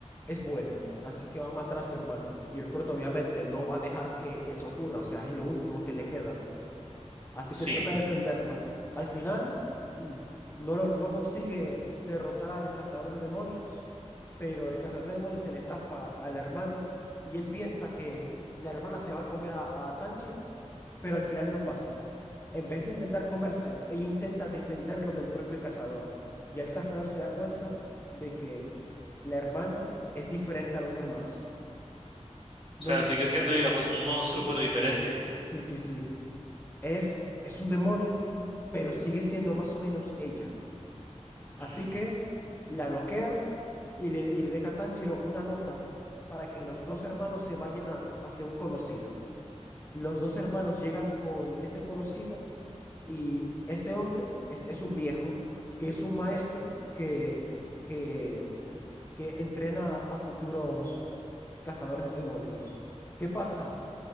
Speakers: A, on the left; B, on the right.
A: es bueno, así que va a matar a su hermana. Y el prota obviamente no va a dejar que, que eso ocurra, o sea, es lo último que le queda. Así
B: sí.
A: que trata de defenderla. Al final, <clears throat> no, lo- no consigue derrotar al cazador de demonios, pero el cazador de demonios se le zafa a la hermana y él piensa que la hermana se va a comer a, a Tanjiro, pero al final no pasa. En vez de intentar comérselo, ella intenta defenderlo del propio cazador. Y el cazador se da cuenta de que la hermana es diferente a los demás. No,
B: O sea,
A: in-
B: sigue siendo, digamos, un monstruo,
A: Ujú.
B: pero diferente.
A: Sí, sí, sí. Es, es un demonio, pero sigue siendo más o menos ella. Así
B: Mm,
A: que la noquea y le, y le deja a Tanjiro una nota para que los dos hermanos se vayan a- hacia un conocido. Los dos hermanos llegan con ese conocido y ese hombre es, es un viejo, que es un maestro que, que, que entrena a futuros cazadores de demonios. ¿Qué pasa?